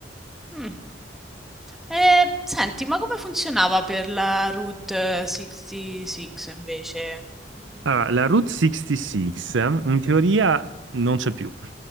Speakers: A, in the centre; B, on the right.
A: Mh. E senti, ma come funzionava per la Route 66 invece? Mhmm,
B: Allora, la Route 66 in teoria non c'è più.